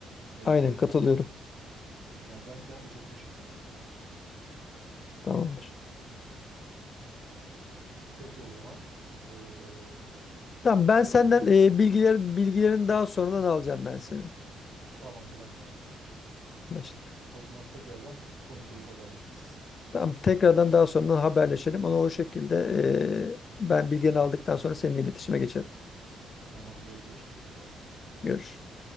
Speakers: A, on the right; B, on the left.
A: Ee,
B: Aynen katılıyorum.
A: yani ben ben de çok teşekkür ederim sana.
B: Tamamdır.
A: Peki o zaman ee,
B: Tamam ben
A: tekrardan
B: senden
A: görüşmek
B: e, bilgileri
A: dileğiyle diyelim.
B: bilgilerini daha sonradan alacağım ben senin.
A: Tamamdır, anlaştık.
B: Anlaştık.
A: O zaman tekrardan konuşuruz, haberleşiriz.
B: Tamam tekrardan daha sonradan haberleşelim. Onu o şekilde e, ben bilgilerini aldıktan sonra seninle iletişime geçerim.
A: Tamamdır, görüşmek üzere.
B: Görüşürüz.